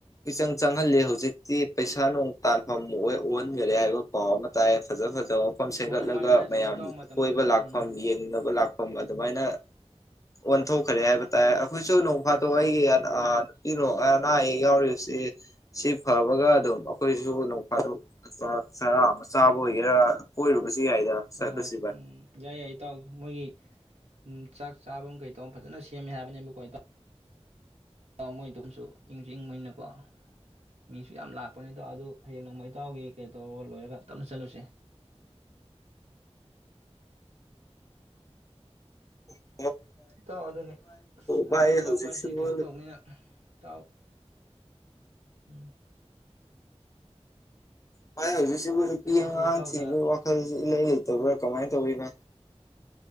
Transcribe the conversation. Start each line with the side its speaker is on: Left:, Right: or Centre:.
Left: ꯆꯪ ꯆꯪꯍꯜꯂꯦ ꯍꯧꯖꯤꯛꯇꯤ ꯄꯩꯁꯥ ꯅꯨꯡ ꯇꯥꯟꯐꯝ ꯑꯣꯏ ꯎꯍꯟꯈꯔꯦ ꯍꯥꯏꯕ ꯄꯥꯎ ꯑꯃ ꯇꯥꯏꯌꯦ ꯐꯖ ꯐꯖ ꯑ ꯃꯐꯝ ꯁꯦꯝꯒꯠꯂꯒ
Right: ꯍꯣꯏ ꯃꯥꯅꯦ ꯃꯥꯅꯦ ꯆꯨꯝꯃꯤ
Left: ꯃꯌꯥꯝ
Right: ꯏꯇꯥꯎ ꯃꯇꯝ
Left: ꯀꯣꯏꯕ
Right: ꯃꯇꯝꯒꯤ
Left: ꯂꯥꯛꯐꯝ
Right: ꯎꯝ
Left: ꯌꯦꯡꯅꯕ ꯂꯥꯛꯐꯝ ꯑꯗꯨꯃꯥꯏꯅ
Right: ꯎꯝ
Left: ꯑꯣꯟꯊꯣꯛꯈ꯭ꯔꯦ ꯍꯥꯏꯕ ꯇꯥꯏꯦ ꯑꯩꯈꯣꯏꯁꯨ ꯅꯣꯡꯐꯥꯗꯣꯛ ꯑꯩꯒꯤ ꯅꯨꯄꯤ ꯑꯅꯥ ꯑꯌꯦꯛ ꯌꯥꯎꯔꯤꯕꯁꯤ ꯁꯤ ꯐꯕꯒ ꯑꯗꯨꯝ ꯑꯩꯈꯣꯏꯁꯨ ꯅꯣꯡꯐꯥꯗꯣꯛ ꯆꯔꯥ ꯑꯃ ꯆꯥꯕ ꯑꯣꯏꯒꯦꯔꯥ ꯀꯣꯏꯔꯨꯕꯁꯨ ꯌꯥꯏꯗ
Right: ꯍꯣꯏ
Left: ꯆꯠꯂꯨꯁꯤ
Right: ꯍꯣꯏ
Left: ꯚꯥꯏ
Right: ꯎꯝ ꯌꯥꯏ ꯌꯥꯏ ꯏꯇꯥꯎ ꯃꯣꯏꯒꯤ ꯎ ꯆꯥꯛ ꯆꯥꯐꯝ ꯀꯩ ꯇꯧꯕ ꯐꯖꯅ ꯁꯦꯝꯃꯦ ꯍꯥꯏꯕꯅꯦꯕ ꯀꯥꯏꯅ ꯏꯇꯧ ꯥꯎ ꯃꯣꯏꯗꯨꯝꯁꯨ ꯏꯪꯁꯨ ꯏꯪꯕꯩꯅꯀꯣ ꯃꯤꯁꯨ ꯌꯥꯝ ꯂꯥꯛꯄꯅꯤ ꯇꯥꯎ ꯑꯗꯨ ꯍꯌꯦꯡ ꯅꯣꯡꯃꯩꯇꯥꯎꯒꯤ ꯀꯩ ꯇꯧꯔꯒ ꯂꯣꯏꯔꯒ ꯇꯞꯅ ꯆꯠꯂꯨꯁꯦ
Left: ꯍ
Right: ꯏꯇꯥꯎ ꯑꯗꯨꯅꯤ ꯑꯁ ꯑꯅꯥ
Left: ꯚꯥꯏ
Right: ꯑꯌꯦꯛ
Left: ꯍꯧꯖꯤꯛꯁꯤꯕꯨ
Right: ꯌꯥꯎꯕ ꯍꯥꯏꯁꯤ ꯀꯩꯅꯣ ꯇꯧꯕꯅꯤꯅ ꯏꯇꯥꯎ ꯎꯝ
Left: <unintelligible> ꯑꯩ ꯍꯧꯖꯤꯛ ꯍꯧꯖꯤꯛꯄꯨ ꯅꯨꯄꯤ
Right: ꯑꯩꯅꯁꯨ
Left: ꯑꯉꯥꯡ
Right: ꯏꯇꯥꯎꯗ
Left: ꯊꯤꯕꯩ ꯋꯥꯈꯜ ꯁꯦ ꯏꯂꯩ ꯂꯩꯇ ꯕ꯭ꯔꯥ ꯀꯃꯥꯏ ꯇꯧꯔꯤꯕꯥ